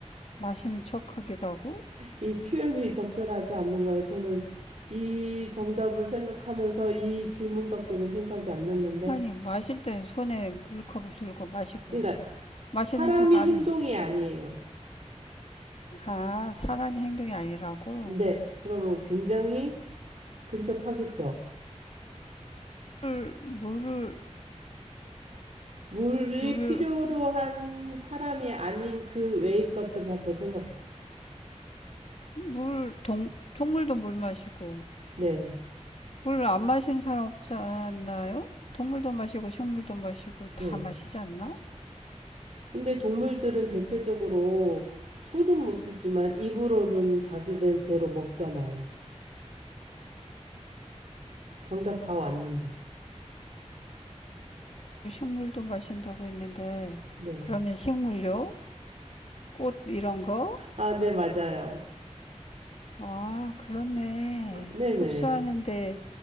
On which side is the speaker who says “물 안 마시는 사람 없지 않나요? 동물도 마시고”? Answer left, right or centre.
Left